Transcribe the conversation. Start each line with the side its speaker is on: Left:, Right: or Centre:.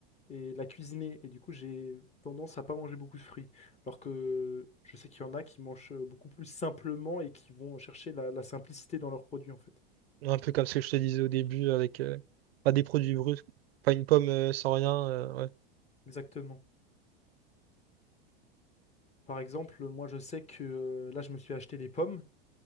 Left: et la cuisiner et du coup j'ai tendance à pas manger beaucoup de fruits. Alors que je sais qu'il y en a qui mangent euh, beaucoup plus simplement et qui vont chercher la, la simplicité dans leurs produits en fait.
Right: Un peu comme ce que je te disais au début avec euh, pas des produits bruts, quoi. pas une pomme euh, sans rien. euh, ouais.
Left: Exactement. Par exemple, moi je sais que euh, là je me suis acheté des pommes